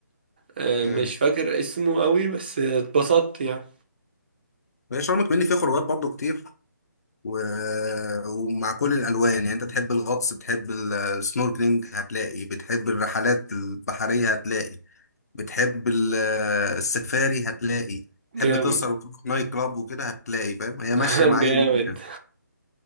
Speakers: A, on the right (about 30°); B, on the left (about 55°).
A: آه،
B: امم
A: مش فاكر اسمه قوي بس اتبسطت يعني
B: هي شرم كمان فيها خروجات برضه كتير و... ومع كل الالوان يعني انت بتحب الغطس بتحب ال- السنوركلينج هتلاقي بتحب الرحلات البحرية هتلاقي بتحب ال- آه، السفاري هتلاقي تحب
A: جامد
B: تسهر وتروح نايت كلاب وكده هتلاقي فاهم هي
A: <laughs>
B: ماشيه مع اي
A: جامد
B: يوم يعني